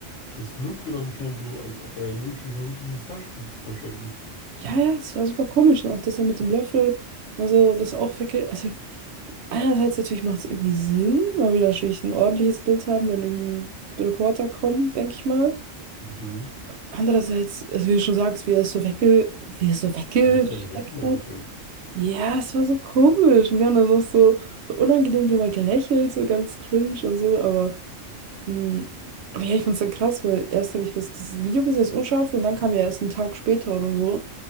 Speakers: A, on the left (about 70°); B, on the right (about 65°).
A: das wirkte dann schon so, als ob er wirklich versucht hat, dieses Taschentuch zu verstecken.
B: ja, ja, es war super komisch. Und auch das ja mit dem Löffel, also das auch verkehrt. Also einerseits natürlich macht es irgendwie Sinn, man will natürlich ein ordentliches Bild haben, wenn irgendwie Reporter kommen, denke ich mal.
A: Mhm.
B: Andererseits, also wie du schon sagst, wie er es so wegge wie er es so weggesteckt
A: Er hätte es ja einfach wegschmeißen
B: hat.
A: können.
B: Ja, es war so komisch. Und die haben dann noch so, so unangenehm dabei gelächelt, so ganz cringe und so, aber Mm, Aber ja, ich find's dann krass, weil erst habe ich das ges- Video gesehen, das Unscharfe, und dann kam ja erst einen Tag später oder so,